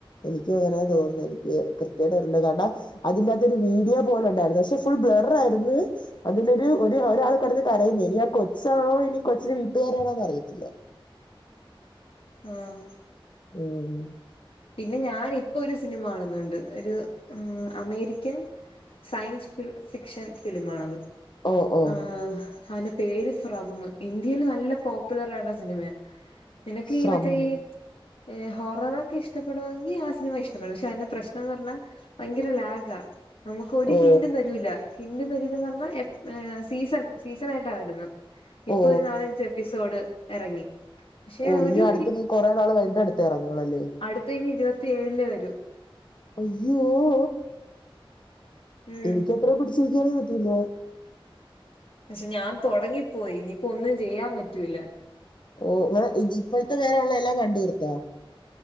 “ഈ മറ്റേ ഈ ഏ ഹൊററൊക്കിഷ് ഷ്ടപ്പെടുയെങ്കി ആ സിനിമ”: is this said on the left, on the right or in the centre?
Left